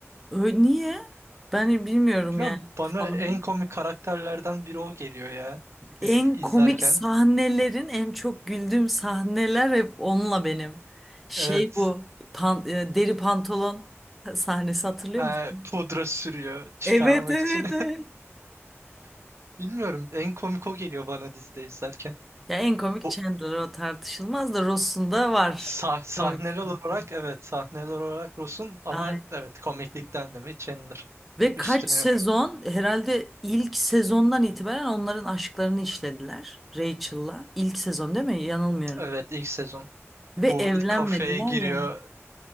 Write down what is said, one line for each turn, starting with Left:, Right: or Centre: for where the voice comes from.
Centre: Ö- niye? Ben bilmiyorum
Right: Bilmiyorum,
Centre: yani.
Right: bana
Centre: Fanları.
Right: en komik karakterlerden biri o geliyor ya dizi
Centre: En
Right: izlerken.
Centre: komik sahnelerin en çok güldüğüm sahneler hep onunla benim. Şey
Right: Evet.
Centre: bu pan- e, deri pantolon sahnesi hatırlıyor
Right: Ha,
Centre: musun?
Right: pudra sürüyor çıkarmak
Centre: Evet evet
Right: için.
Centre: evet.
Right: <laughs> Bilmiyorum en komik o geliyor bana dizide izlerken.
Centre: Ya en komik
Right: Bu
Centre: Chandler o tartışılmaz da Ross'un da var
Right: sah sahneler
Centre: komik sahne.
Right: olarak evet sahneler olarak Ross'un ama
Centre: Aynen.
Right: evet komiklikten de mi Chandler
Centre: Ve
Right: üstüne
Centre: kaç sezon
Right: yok.
Centre: herhalde ilk sezondan itibaren onların aşklarını işlediler Rachel'la. İlk sezon değil mi? Yanılmıyorum.
Right: Evet ilk sezon.
Centre: Ve
Right: Bu
Centre: evlenmediler
Right: ilk kafeye giriyor
Centre: ya.